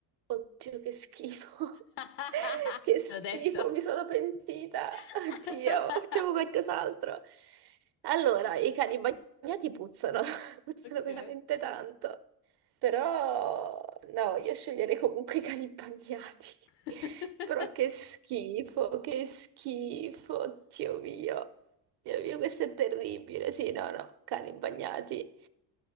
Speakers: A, on the right; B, on the left.
A: Oddio, che schifo.
B: <laughs>
A: <laughs> Che schifo,
B: Te L'ho detto.
A: mi sono pentita.
B: <laughs>
A: Oddio, facciamo qualcos'altro. Allora, i cani bagnati puzzano, <laughs> puzzano
B: Ok.
A: veramente tanto. Però, no, io sceglierei comunque i cani bagnati.
B: <laughs>
A: <laughs> Però che schifo, che schifo, oddio mio. Dio mio, questo è terribile. Sì, no, no, cani bagnati.